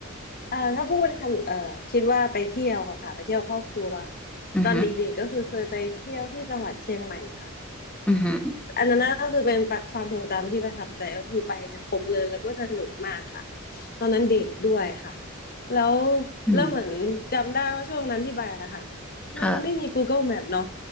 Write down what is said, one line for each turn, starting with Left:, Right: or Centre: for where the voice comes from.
Left: เอ่อถ้าพูดเป็นคำเอ่อคิดว่าไปเที่ยวอะค่ะ ไปเที่ยวครอบครัว
Centre: อือฮึ
Left: ตอนเด็กๆก็คือเคยไปเที่ยวที่จังหวัดเชียงใหม่ค่ะ
Centre: อือฮึ
Left: อันนั้นก็คือเป็นความทรงจำที่ประทับใจก็คือไปกันครบเลยแล้วก็สนุกมากค่ะตอนนั้นเด็กด้วยค่ะแล้ว
Centre: อืม
Left: แล้วเหมือนจำได้ว่าช่วงนั้นที่ไปอะค่ะ
Centre: ค่ะ
Left: มันไม่มี Google Map เนาะ